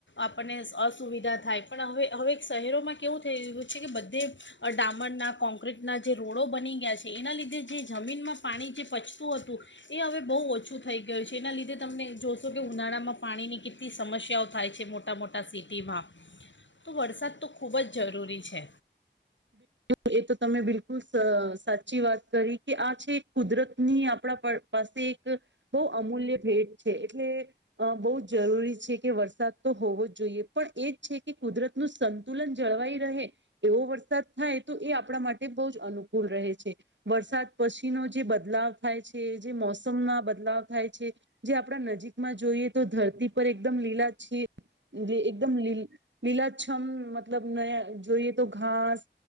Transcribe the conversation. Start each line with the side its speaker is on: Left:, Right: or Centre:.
Left: આપણને અસુવિધા. થાય પણ હવે હવે શહેરોમાં કેવું થઈ રહ્યું છે કે બધે ડામરના કોંક્રીટના જે રોડો બની ગયા છે એના લીધે જે જમીનમાં પાણી જે પચતું હતું એ હવે બહુ ઓછું થઈ ગયું છે એના લીધે તમને જો તોકે ઉનાળામાં પાણીની કેટલી સમસ્યાઓ થાય છે મોટા મોટા સિટીમાં તો વરસાદ તો ખૂબ જ જરૂરી છે
Right: એ તો તમે બિલકુલ સ સાચી વાત કરી કે આ છે કુદરત ની આપદા પર પાસે એક બહુ અમૂલ્ય ભેટ છે એટલે અ બહુ જરૂરી છે કે વરસાદ તો હોવો જ જોઈએ પણ એજ છે કે કુદરત નું સંતુલન જળવાઈ રહે એવો વરસાદ થાય તો એ આપણા માટે બહુ જ અનુકૂળ રહે છે વરસાદ પછીનો જે બદલાવ થાય છે જે મોસમ ના બદલાવ થાય છે જે આપણા નજીકમાં જોઈએ તો ધરતી પર એકદમ લીલા જી જે એકદમ લી લીલાછમ મતલબ ન જોઈએ તો ઘાસ